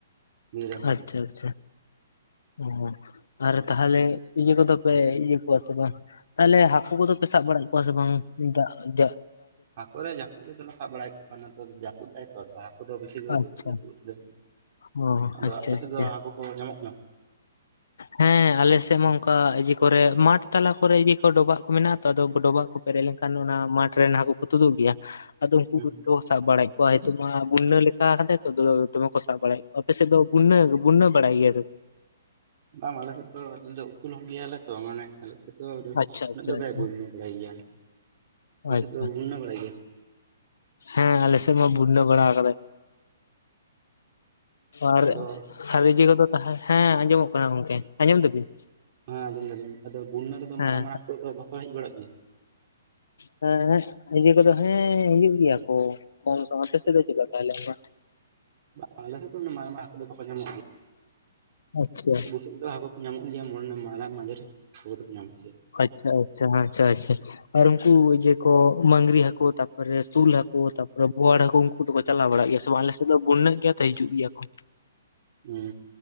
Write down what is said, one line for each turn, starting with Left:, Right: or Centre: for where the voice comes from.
Right: ᱵᱤᱨ ᱨᱮᱱ ᱠᱚᱫᱚ
Left: ᱟᱪᱪᱷᱟ ᱟᱪᱪᱷᱟ ᱚ ᱟᱨ ᱛᱟᱦᱚᱞᱮ ᱤᱭᱟᱹ ᱠᱚ ᱫᱚ ᱯᱮ ᱤᱭᱟᱹ ᱠᱚᱣᱟ ᱥᱮ ᱵᱟᱝ ᱛᱟᱦᱚᱞᱮ ᱦᱟᱹᱠᱩ ᱠᱚᱫᱚ ᱯᱮ ᱥᱟᱵ ᱵᱟᱲᱟᱮᱫ ᱠᱚᱣᱟ ᱥᱮ ᱵᱟᱝ? ᱫᱟᱜ
Right: ᱦᱟᱹᱳ ᱨᱮ ᱡᱟᱹᱯᱩᱫ ᱨᱮᱫᱚ ᱞᱮ ᱥᱟᱵ ᱵᱟᱲᱟᱭᱮᱫ ᱠᱚᱣᱟ ᱱᱚᱛᱮ ᱡᱟᱹᱯᱩᱫ ᱫᱟᱭ ᱛᱚ ᱦᱟᱹᱠᱩ ᱫᱚ ᱵᱤ ᱠᱚ
Left: ᱟᱪᱪᱷᱟ
Right: ᱛᱩᱯᱩᱜ ᱜᱮᱭᱟ ᱠᱚ ᱼᱼ
Left: ᱚ
Right: ᱟᱫᱚ
Left: ᱟᱪᱪᱷᱟ
Right: ᱟᱯᱮ ᱥᱮᱫ
Left: ᱟᱪᱪᱷᱟ
Right: ᱫᱚ ᱦᱟᱹᱠᱩ ᱠᱚ ᱧᱟᱢᱚᱜ ᱠᱟᱱᱟ᱾
Left: ᱦᱮᱸ ᱟᱞᱮ ᱥᱮᱫ ᱢᱟ ᱚᱱᱠᱟ ᱤᱭᱟᱹ ᱠᱚᱨᱮ ᱢᱟᱴᱷ ᱛᱟᱞᱟ ᱤᱭᱟ. ᱠᱚ ᱰᱚᱵᱟᱜ ᱠᱚ ᱢᱮᱱᱟᱜ ᱟᱫᱚ ᱰᱚᱵᱟᱜ ᱠᱚ ᱯᱮᱨᱮᱡ ᱞᱮᱱᱠᱷᱟᱱ ᱚᱱᱟ ᱢᱟᱴᱷ ᱨᱮᱱ ᱦᱟᱠᱩ ᱠᱚ ᱛᱩᱫᱩᱜ ᱜᱮᱭᱟ ᱟᱫᱚ ᱩᱱᱠᱩ
Right: ᱦᱩᱸ
Left: ᱠᱚᱠᱚ ᱥᱟᱵ ᱵᱟᱲᱟᱭᱮᱫ ᱾ ᱱᱤᱛᱚ ᱢᱟ ᱵᱩᱱᱱᱟᱹ ᱞᱮᱠᱟ ᱦᱟᱛᱮ ᱫᱚᱢᱮ ᱠᱚ ᱥᱟᱵ ᱵᱟᱲᱟᱭᱮᱫ ᱠᱚᱣᱟ ᱾ ᱟᱯᱮ ᱥᱮᱫ ᱫᱚ ᱵᱩᱱᱱᱟᱹ ᱵᱩᱱᱱᱟᱹ ᱵᱟᱲᱟᱭ ᱜᱮᱭᱟ?
Right: ᱵᱟ ᱟᱞᱮᱥᱮᱫ ᱫᱚ ᱫᱚ ᱩᱥᱩᱞ ᱦᱚᱲ ᱜᱮᱭᱟᱞᱮ ᱛᱚ, ᱢᱟᱱᱮᱼᱼ ᱟᱞᱮ ᱥᱮᱫ ᱫᱚ
Left: ᱟᱪᱪᱷᱟ
Right: ᱩᱱᱟᱹᱜ
Left: ᱟᱪᱪᱷᱟ
Right: ᱵᱟᱭ ᱵᱩᱱᱱᱟᱹ
Left: ᱟᱪᱪᱷᱟ
Right: ᱵᱟᱰᱟᱭ ᱜᱮᱭᱟ, ᱟᱯᱮ
Left: ᱟᱪᱪᱷᱟ
Right: ᱥᱮᱫ ᱫᱚ ᱵᱩᱱᱱᱟᱹ ᱵᱟᱰᱟᱭ ᱜᱮᱭᱟ?
Left: ᱦᱮᱸ ᱟᱞᱮ ᱥᱮᱫ ᱢᱟ ᱵᱩᱱᱱᱟᱹᱣ ᱵᱟᱲᱟ ᱟᱠᱟᱫᱟᱭ, ᱟᱨᱼᱼ
Right: ᱟᱫᱚ
Left: ᱠᱷᱟᱞᱤ ᱤᱭᱟᱹ ᱠᱚᱫᱚ ᱦᱮᱸ ᱟᱸᱡᱚᱢᱚᱜ ᱠᱟᱱᱟ ᱜᱚᱝᱠᱮ ᱾ ᱟᱸᱡᱚᱢ ᱫᱟᱵᱤᱱ?
Right: ᱦᱮᱸ ᱟᱸᱡᱚᱢ ᱫᱟᱞᱤᱧ ᱟᱫᱚ ᱵᱩᱱᱱᱟᱹ ᱨᱮᱫᱚ
Left: ᱦᱮᱸ
Right: ᱢᱟᱨᱟᱝ ᱢᱟᱨᱟᱝ ᱦᱟᱠᱩ ᱫᱚ ᱵᱟᱠᱚ ᱦᱮᱡ ᱵᱟᱲᱟᱜ ᱜᱮᱭᱟ ᱾
Left: ᱦᱮᱸᱮ ᱤᱭᱟᱹᱠᱚᱫᱚ ᱦᱮᱸᱻ ᱦᱤᱡᱩᱜ ᱜᱮᱭᱟ ᱠᱚ ᱠᱚᱢ ᱾ ᱟᱯᱮ ᱥᱮᱫ ᱫᱚ ᱪᱮᱛᱠᱟ ᱛᱟᱦᱚᱞᱮ ᱰᱤᱢᱟᱱᱰ?
Right: ᱵᱟᱞᱮ ᱥᱮᱫ ᱫᱚ ᱢᱟᱦᱜᱟ ᱦᱟᱹᱠᱩ ᱫᱚ ᱵᱟᱠᱚ ᱧᱟᱢᱚᱜᱼᱟ᱾
Left: ᱟᱪᱪᱷᱟ
Right: ᱛᱚᱜ ᱫᱚ ᱦᱟᱠᱩ ᱠᱚ ᱧᱟᱢᱚᱜ ᱜᱮᱭᱟ, ᱢᱚᱬᱟ ᱢᱟᱡᱷᱮᱨ ᱫᱚᱠᱚ ᱧᱟᱢᱚᱜ ᱜᱮᱭᱟ ᱾
Left: ᱟᱪᱪᱷᱟ ᱟᱪᱪᱷᱟ ᱟᱪᱪᱷᱟ ᱟᱪᱪᱷᱟ ᱟᱨ ᱩᱝᱠᱩ ᱡᱮᱠᱚ ᱢᱟᱹᱝᱜᱽᱨᱤ ᱦᱟᱹᱠᱩ ᱛᱟᱯᱚᱨᱮ ᱥᱩᱞ ᱦᱟᱠᱩ ᱛᱟᱯᱚᱨᱮ ᱵᱚᱣᱟᱲ ᱦᱟᱠᱩ ᱪᱟᱞᱟᱣ ᱵᱟᱲᱟᱜ ᱜᱮᱭᱟ ᱥᱮ ᱵᱟᱝ ᱟᱞᱮ ᱥᱮᱡ ᱟᱫᱚ ᱵᱩᱱᱱᱟᱹ ᱜᱮᱭᱟ ᱛᱚ ᱦᱤᱡᱩᱜ ᱜᱮᱭᱟ ᱠᱚ᱾
Right: ᱦᱩᱸ